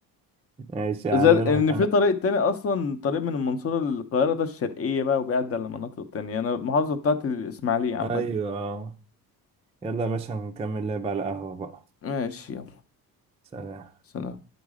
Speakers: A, on the right (about 20°); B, on the left (about 40°).
A: ماشي يا
B: زي
A: عم يلا
B: ان
A: بقى.
B: في طريق تاني اصلا طريق من المنصورة للقاهرة ده الشرقية بقى وبيعدي على مناطق تانية انا المحافظة بتاعتي الاسماعيلية عامة
A: أيوه آه. يلا يا باشا نكمل لعب على القهوة بقى
B: ماشي يلا
A: سلام
B: سلام